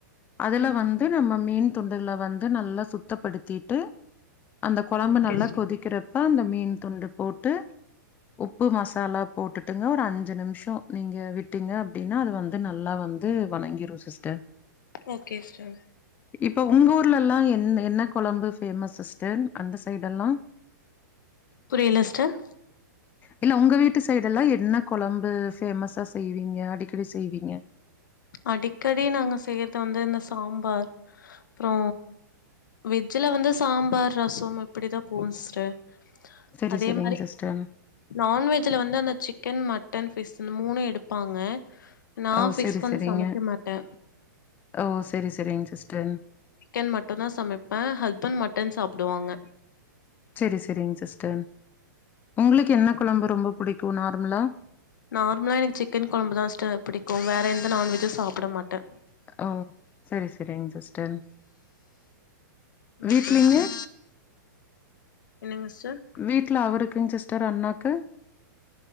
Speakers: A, on the left; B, on the left.
A: அதுல
B: ம்
A: வந்து நம்ம மீன் துண்டுகள வந்து நல்லா சுத் தப்படுத்திட்டு அந்த கொழம்பு
B: ஓகே
A: நல்லா
B: சிஸ்டர்
A: கொதிக்கிறப்ப அந்த மீன் துண்ட போட்டு உப்பு மசாலா போட்டுட்டுங்க ஒரு அஞ்சு நிமிஷம் நீங்க விட்டீங்க அப்டின்னா அது வந்து நல்லா வந் து வணங்கிரும் சிஸ்டர்
B: ஓகே சிஸ்டர்
A: இப்ப உங்க ஊர்ல எல்லா என் என்ன கொழம்பு பேமஸ் சிஸ்டர் அந்த சைடு எல்லா
B: புரில ஸ்டர்
A: இல்ல உங்க வீட்டு சைடு எல்லா என்ன கொழம்பு பேமஸா செய்வீங்க அடிக்கடி செய்வீங்க
B: அடிக்கடி நாங்க செய்றது வந்து இந்த சாம்பார் அப்றோ வெஜ்ல வந்து சாம்பார் ரசம் இப்டிதா போகும் சிஸ்டர்
A: சரி,
B: அதே
A: சரிங்க
B: மாறி
A: சிஸ்டர்.
B: நான்வெஜ்ல வந்து அந்த சிக்கன் மட்டன் ஃபிஷ் இந்த மூணும் எடுப்பாங்க நா
A: ஓ!
B: ஃபி்ஷ்
A: சரி,
B: சமைக்க
A: சரிங்க.
B: மாட்டே
A: ஓ சேரி சரிங் சிஸ்டர்
B: சிக்கன் மட்டுந்தா சமைப்பே ஹஸ்பண்ட் மட்டன் சாப்புடுவாங்க
A: சேரி சரிங் சிஸ்டர் உங்களுக்கு என்ன கொழம்பு ரொம்ப புடிக்கும் நார்மலா
B: நார்மலா எனக்கு சிக்கன் கொழம்புதா சிஸ்டர் பிடிக்கும் வேற எந்த நான்வெஜ்ஜும் சாப்புட மாட்டே
A: ஓ சரி சரிங் சிஸ்டர்
B: ஓகே
A: வீட்லங்க?
B: ஓகே என்னங்க சிஸ்டர்
A: வீட்ல அவருக்குங் சிஸ்டர் அண்ணாக்கு